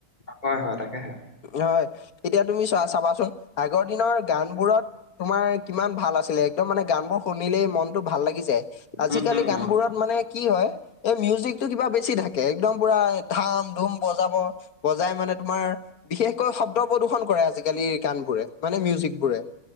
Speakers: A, on the left; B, on the left.
A: হয়, হয় তাকেহে।
B: হয়, এতিয়া তুমি চোৱা চাবাচোন। আগৰ দিনৰ গান বোৰত তোমাৰ কিমান ভাল আছিলে। একদম মানে গান বোৰ শুনিলেই মনতটো ভাল লাগে। যায় আজিকালি
A: উম উম
B: গানবোৰত
A: অ
B: মানে। কি হয়, এই মিউজিকতটো কিবা বেছি থাকে একদম পুৰা ধাম ধুম বজাব। বজাই মানে তোমাৰ বিশেষকৈ শব্দ প্ৰদূষন কৰে আজিকালিৰ গানবোৰে। মানে মিউজিক বোৰে